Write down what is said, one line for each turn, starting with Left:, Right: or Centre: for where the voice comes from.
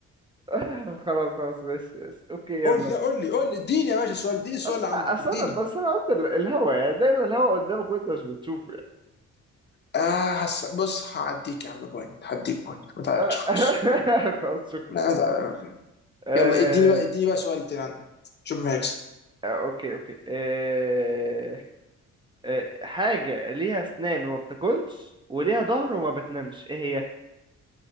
Right: <laughs> خلاص خلاص ماشي ماشي اوكي يلا
Left: قول لا قول لي قول لي اديني يا باشا السؤال اديني السؤال
Right: اصل
Left: اللي عندك
Right: اصل
Left: اديني
Right: انا بس انا قلت ال- الهوا يعني دايما الهوا قدامك وانت مش بتشوفه
Left: اه حس... بص هعديك يا عم بوينت هديك بوينت ما تعيطش
Right: يعني
Left: خلاص
Right: <laughs> خلاص شكرا
Left: ما تع-
Right: آه...
Left: يلا اديني بقى اديني بقى سؤال تاني عندك شوف مين هيكسب
Right: آه، اوكي اوكي آه... آه... حاجة ليها اسنان وما بتاكلش وليها ظهر وما بتنامش ايه هي؟